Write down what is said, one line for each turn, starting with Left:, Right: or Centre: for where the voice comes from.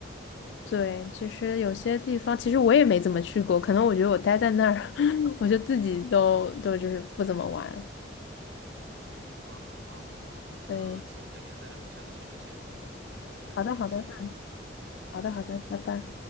Left: 对，其实有些地方其实我也没怎么去过，可能我觉得我待在那儿，<laughs> 我就自己都都就是不怎么玩。
Right: 啊，好吧，好吧，那行，
Left: 对，
Right: 改天再聊。我下次去之前再联系你，咱再定详细计划。
Left: 好的好的，嗯，
Right: 嗯，拜拜。
Left: 好的好的，拜拜。